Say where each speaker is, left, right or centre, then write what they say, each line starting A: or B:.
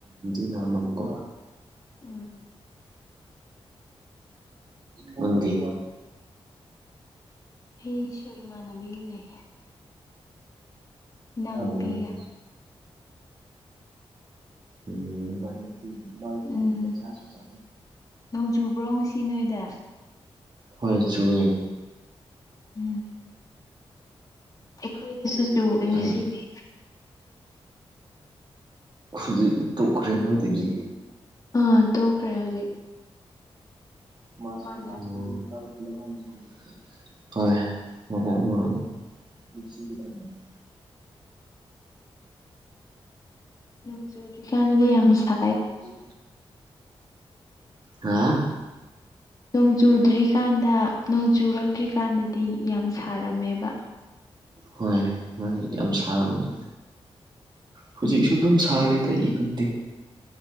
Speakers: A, on the right; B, on the left.
A: ꯏꯃꯥꯟꯅꯕꯀꯣ
B: ꯎꯝ
A: ꯅꯪꯗꯤ
B: ꯑꯩꯁꯨ ꯏꯃꯥꯟꯅꯕꯤꯒ ꯂꯩ ꯏꯅꯥꯎ
A: ꯑꯣ
B: ꯅꯨꯄꯤꯒ
A: ꯎꯝꯅꯤ ꯃꯣꯏ ꯀꯤꯜꯂꯤꯀ
B: ꯎꯝ
A: ꯆꯁꯨ ꯆ
B: ꯅꯣꯡ ꯆꯨꯕ꯭ꯔꯣ ꯉꯁꯤ ꯅꯣꯏꯗ
A: ꯍꯣꯏ ꯆꯨꯔꯌꯦ
B: ꯎꯝ ꯑꯩꯈꯣꯏꯗꯁꯨ
A: ꯎꯝ
B: ꯆꯨ ꯉꯁꯤꯅꯤ
A: ꯍꯧꯖꯤꯛ ꯇꯣꯛꯈ꯭ꯔꯦ ꯅꯣꯏꯗꯒꯤ
B: ꯑꯥ ꯇꯣꯛꯈ꯭ꯔꯦ ꯍꯧꯖꯤꯛ
A: ꯃꯥꯁꯤ
B: ꯃꯥꯟꯅ
A: UNINTELLIGIBLE ꯍꯣꯏ ꯍꯔ ꯃꯥ
B: ꯅꯣꯡ ꯆꯨꯗ꯭ꯔꯤꯀꯥꯟꯗꯗꯤ ꯌꯥꯝ ꯁꯥꯏ
A: ꯎꯝ ꯍꯥꯥ
B: ꯅꯣꯡ ꯆꯨꯗ꯭ꯔꯤꯀꯥꯟꯗ ꯅꯣꯡ ꯆꯨꯔꯛꯇ꯭ꯔꯤꯀꯥꯟꯗꯗꯤ ꯌꯥꯝ ꯁꯥꯔꯝꯃꯦꯕ
A: ꯍꯣꯏ ꯃꯣꯏꯗꯤ ꯌꯥꯝ ꯁꯥꯕꯅꯤ ꯍꯧꯖꯤꯛꯁꯨ
B: ꯎꯝ
A: ꯑꯗꯨꯝ ꯁꯥꯔꯤꯗ ꯏꯪꯪꯗꯦ